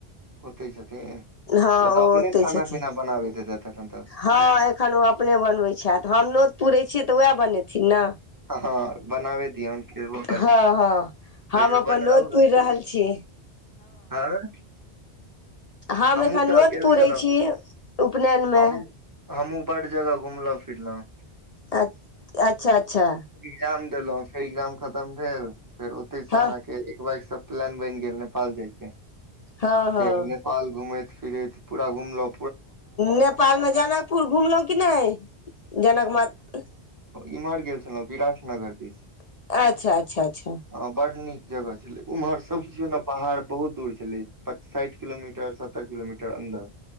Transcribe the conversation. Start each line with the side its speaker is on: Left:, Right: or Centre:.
Right: ओते छथि। <unintelligible>
Left: हँ
Right: ओ तऽ अपने
Left: ओतै
Right: खाना
Left: छथिन
Right: पीना बनाबैत हेता। <unintelligible>
Left: हँ एखन ओ अपने बनबै छथि हम नोत पुरे छियै तऽ वएह बनेथिन ने।
Right: ह हँ बनाबे दिए कर द
Left: हँ
Right: कहि
Left: हँ हम अपन
Right: बना
Left: नोत पुरि रहल छी
Right: हँ।
Left: हम
Right: हमहुँ
Left: एखन
Right: तऽ
Left: नऽत
Right: गेल
Left: पुरै
Right: छलहुँ
Left: छी उपनयनमे।
Right: हमहुँ हमहुँ बड जगह घुमलो फिरलहु
Left: धत् अच्छा अच्छा
Right: इकजाम देलहुं फेर इकजाम खतम भेल। फेर ओतहिसँ
Left: हँ
Right: अहाँके एक बगसँ प्लान बनि गेल नेपाल जाइके।
Left: हँ
Right: फेर
Left: हँ
Right: नेपाल घुमेथ फिर पूरा घुमलो।
Left: नेपालमे जनकपुर घुमलहुं कि नहि जनक म
Right: ई मर गेल विराटनगर दिस
Left: माता अच्छा अच्छा अच्छा
Right: हँ बड नीक जगह छलै, उम्हर सबकुछ ने पाहाड़ बहुत दूर छलै। पच साइठ किलोमीटर सत साइठ किलोमीटर अन्दर